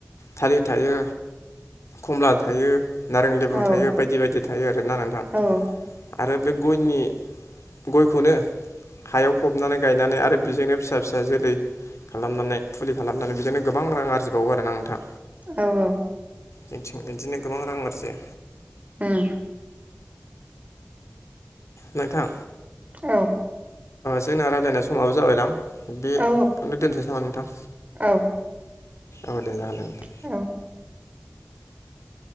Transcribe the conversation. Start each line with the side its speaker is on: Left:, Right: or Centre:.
Left: थालिर थायो खमला थायो नारें लेबु
Right: औ
Left: थायो बायदि बायदि थायो आरोना नोंथां
Right: औ
Left: आरो बे गयनि गयखौनो हायाव फबनानै गायनानै आरो बेजोंनो फिसा फिसा जोलै खालामनानै फुलि खालामनानै बेजोंनो गोबां रां आरजिबावो आरोना नोंथां।
Right: औ औ
Left: जोंथिं बिदिनो गोबां रां आरजियो।
Right: ओम
Left: नोंथां
Right: औ
Left: जोंना रायलायनाय समाबो जाबायदां बेखौनो
Right: औ
Left: दोनथस नामा नोंथां?
Right: औ
Left: औ दे जागोन दे नोंथां
Right: औ